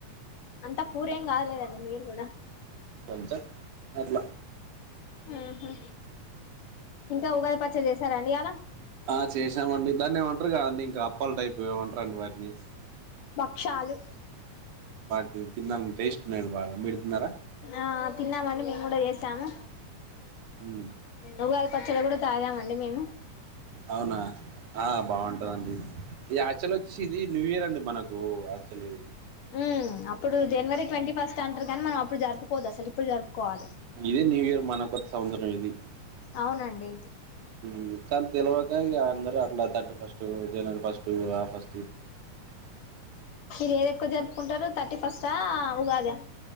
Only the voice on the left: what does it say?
అంతా పూరేం కాద్ లేదండి మీరు గుడా
ఉహు ఇంకా ఉగాది పచ్చడి చేసారా అండి ఇయాల
భక్షాలు
ఆ తిన్నామండి మేము గుడా చేసాము
ఉగాది పచ్చడి గుడా ఎమో
ఉ అప్పుడు జనవరి ట్వంటీ ఫస్ట్ అంటరు కానీ మనం అప్పుడు జరుపుకోవద్దు అసలు ఇప్పుడు జరుపుకోవాలె
అవునండి
మీరు ఏది ఎక్కువ జరుపుకుంటారు థర్టీ ఫస్టా ఉగాదా